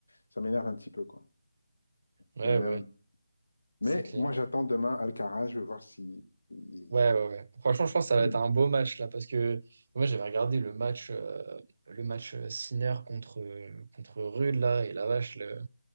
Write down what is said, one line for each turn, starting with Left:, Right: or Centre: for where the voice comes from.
Left: ça m'énerve un petit peu, quoi.
Right: ouais,
Left: Ça m'énerve.
Right: ouais,
Left: Mais
Right: c'est clair.
Left: moi, j'attends demain Alcaraz, je veux voir si. si,
Right: Ouais, ouais, ouais. Franchement, je pense
Left: <coughs>
Right: que ça va
Left: Mm.
Right: être un beau match là parce que moi j'avais regardé le match, euh, le match euh, Sinner contre, euh, contre Rude là et la vache, le,